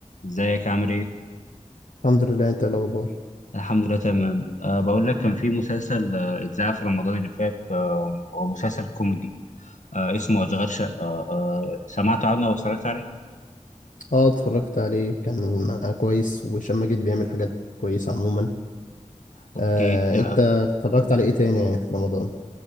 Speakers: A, on the left (about 70°); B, on the left (about 85°).
A: ازيك عامل ايه؟
B: الحمد لله انت ايه الاخبار
A: الحمد لله تمام أه بقول لك كان في مسلسل آه، اتذاع في رمضان اللي فات آه، هو مسلسل كوميدي أه اسمه أشغال شقة أه آه، سمعت عنه أو اتفرجت عليه؟
B: اه اتفرجت عليه كان كويس وهشام ماجد بيعمل حاجات كويسه عموما
A: اوكي
B: آه
A: ت-
B: انت اتفرجت على ايه تاني يعني في رمضان